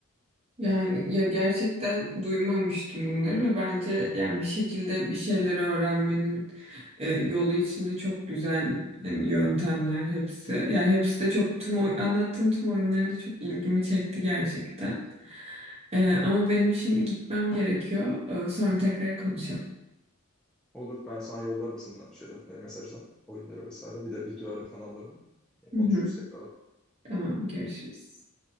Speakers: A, on the right; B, in the centre.
A: Yani ya gerçekten duymamıştım bunları ve bence yani bir şekilde bir şeyleri öğrenmenin e, yolu içinde çok güzel hani yöntemler hepsi. Yani hepsi de çok tüm oy- anlattığın tüm oyunlarda çok ilgimi çekti gerçekten. E, ama benim şimdi gitmem gerekiyor. E, sonra tekrar konuşalım.
B: Olur ben sana yollarım sana şeyden, e, mesajdan oyunları vesaire. Bir de videoların kanallarını. E, konuşuruz
A: Hı hı,
B: tekrardan.
A: tamam görüşürüz.